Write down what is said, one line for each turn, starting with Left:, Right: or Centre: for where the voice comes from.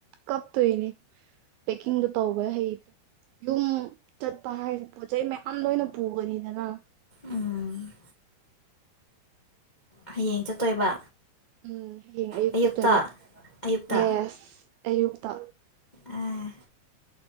Right: ꯀꯞꯇꯣꯏꯅꯦ ꯄꯦꯛꯀꯤꯡꯗꯣ ꯇꯧꯕ ꯍꯩꯇ꯭ꯔꯦ ꯌꯨꯝ ꯆꯠꯄ ꯍꯥꯏ ꯄꯣꯠ ꯆꯩ ꯃꯌꯥꯝ ꯂꯣꯏꯅ ꯄꯨꯒꯅꯤꯗꯅ
Left: ꯎꯝ ꯍꯌꯦꯡ ꯆꯠꯇꯣꯏꯕ
Right: ꯎꯝ ꯍꯌꯦꯡ ꯑꯌꯨꯛ
Left: ꯑꯌꯨꯛꯇ
Right: ꯆꯠꯇꯣꯏꯕ
Left: ꯑꯌꯨꯛꯇ
Right: ꯌꯦꯁ ꯑꯌꯨꯛꯇ
Left: ꯑꯦ